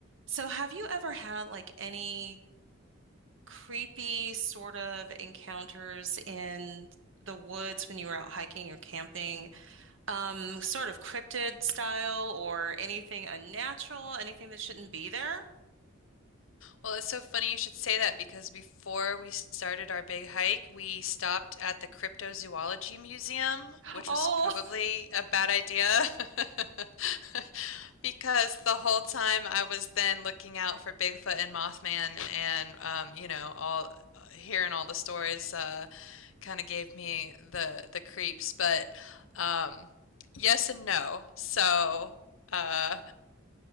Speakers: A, on the right; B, on the left.
A: So, have you ever had like any creepy sort of encounters in the woods when you were out hiking or camping? Um, sort of cryptid style or anything unnatural, anything that shouldn't be there?
B: Well, it's so funny you should say that because before we started our big hike, we stopped at the Cryptozoology Museum,
A: <gasps>
B: which
A: Oh,
B: was probably a bad idea <laughs> because the whole time I was then looking out for Bigfoot and Mothman and um, you know, all uh, hearing all the stories uh kind of gave me the the creeps, but um yes and no. So, uh